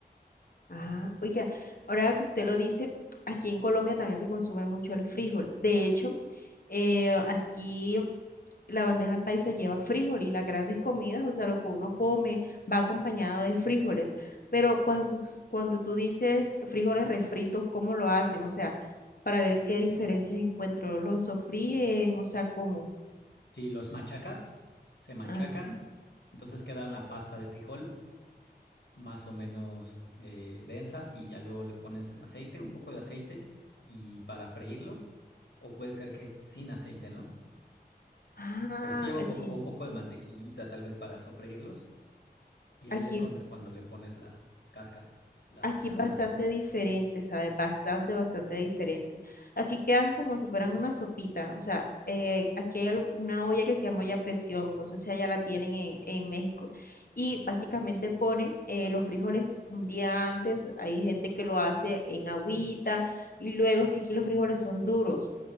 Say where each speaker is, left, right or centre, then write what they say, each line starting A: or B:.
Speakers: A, on the left; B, on the left.
A: Ah, oiga, ahora que usted lo dice, aquí en Colombia también se consume mucho el frijol. De hecho, eh, aquí la bandeja paisa lleva frijol y las grandes comidas, o sea, lo que uno come va acompañado de frijoles. Pero cuando, cuando tú dices frijoles refritos, ¿cómo lo hacen? O sea, para ver qué diferencias encuentro, Lo sofríen? O sea, ¿cómo?
B: Si los machacas, se machacan,
A: Ah,
B: entonces queda una pasta de frijol más o menos eh, densa y ya luego le pones en aceite, un poco de aceite y para freírlo, o puede ser que sin aceite, ¿no?
A: ah,
B: Pero sí lleva un poco,
A: sí,
B: o un poco de mantequillita tal vez para sofreírlos Y
A: aquí
B: ahí es cuando, cuando le pones la cáscara, la,
A: Aquí
B: la
A: es bastante
B: hoja.
A: diferente, ¿sabes? Bastante, bastante diferente. Aquí quedan como si fueran una sopita. O sea, eh, aquí hay al- una olla que se llama olla a presión. No sé si allá la tienen en, en México. Y básicamente ponen eh, los frijoles un día antes. Hay gente que lo hace en agüita. Y luego es que aquí los frijoles son duros.